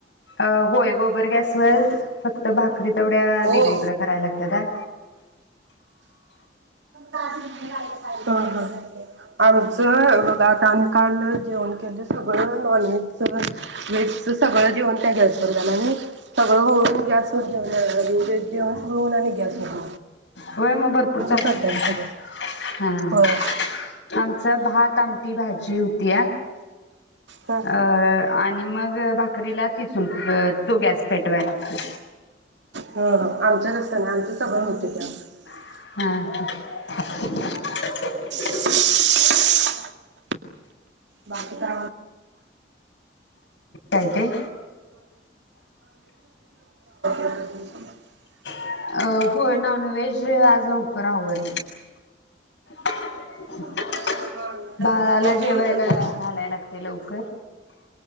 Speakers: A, on the left (about 80°); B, on the right (about 85°).
A: अ होय बर गॅस वर
B: ओ
A: फक्त भाकरी तेवड्या वेगळीकड
B: ओ
A: करायला लागत्यात्या.
B: ह ह आमचं बघ आता आम्ही काल जेवण केलं सगळं नॉन व्हेज च व्हेज च सगळं जेवण त्या गॅस वर झाला सगळं होउन गॅस वर जेऊन इ्रेज जेऊन सुरवून आणि गॅसवर
A: होय मग भरपूर चालतय
B: चालतं आमचं
A: ते
B: गॅस
A: हा
B: होय
A: आम स भात आमठी भाजी होती या
B: हां
A: अ आणि मग भाकरीला तिचून तो गॅस पेटवाय लागतोय.
B: हां आमचं तसं नाही आमचं सगळं होतय त्यात
A: हम्म
B: <inaudible> बाकी तर
A: काय ते
B: <unintelligible> <unintelligible>
A: अ होय नॉन व्हेज आज लवकर आवर <inaudible>
B: आमचं नॉनव्हेज
A: बाळाला
B: असली की मग
A: जेवायला
B: लवकर जेवू
A: घालायला
B: शकतो
A: लागते लवकर